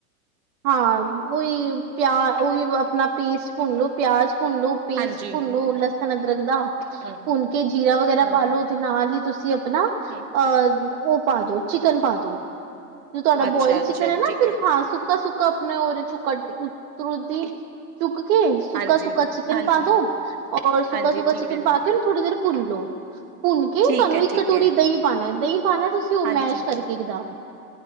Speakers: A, on the right (about 60°); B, on the right (about 80°).
A: ਹਾਂ ਉਹੀ ਪਿਆ ਉਹੀ ਆਪਣਾ ਪੇਸਟ ਭੁੰਨਲੋ ਪਿਆਜ। ਭੁੰਨੋ ਪੇਸਟ
B: ਹਾਂਜੀ
A: ਭੁੰਨੋ ਲਸ ਲਸਣ ਅਦਰਕ ਦਾ ਭੁੰਨ
B: ਹੂੰ,
A: ਕੇ ਜੀਰਾ ਵਗੈਰਾ
B: ਹੂੰ,
A: ਪਾ ਲੋ ਤੇ ਨਾਲ ਹੀ ਤੁਸੀਂ ਆਪਣਾ
B: ਹੂੰ
A: ਅਹ ਉਹ ਪਾ ਦੋ ਚਿਕਨ ਪਾਦੋ ਜੋ ਤੁਹਾਡਾ
B: ਅੱਛਾ-ਅੱਛਾ
A: ਬੋਇਲ ਚਿਕਨ ਹੈ ਨਾ
B: ਠੀਕ
A: ਸਿਰਫ ਸੁੱਕਾ ਸੁੱਕਾ ਆਪਣੇ ਉਹਦੇ ਚੋਂ ਕੱਢ ਕੇ ਉਧਰੋ ਦੀ ਕੇ ਸੁੱਕਾ
B: ਹਾਂਜੀ,
A: ਸੁੱਕਾ ਚਿਕਨ
B: ਹਾਂਜੀ,
A: ਪਾ ਦੋ ਔਰ ਸੁੱਕਾ
B: ਹਾਂਜੀ
A: ਸੁੱਕਾ
B: ਠੀਕ
A: ਚਿਕਨ
B: ਹੈ।
A: ਪਾ ਕੇ ਥੋੜੀ ਦੇਰ ਭੁੰਨ ਲਓ ਭੁੰਨ ਕੇ
B: ਠੀਕ
A: ਤੁਹਾਨੂੰ
B: ਹੈ,
A: ਇੱਕ
B: ਠੀਕ
A: ਕਟੋਰੀ
B: ਹੈ।
A: ਦਹੀਂ ਪਾਣਾ ਦਹੀਂ ਪਾਣਾ ਤੁਸੀਂ ਉਹ
B: ਹਾਂਜੀ,
A: ਮੈਸ਼ <unintelligible>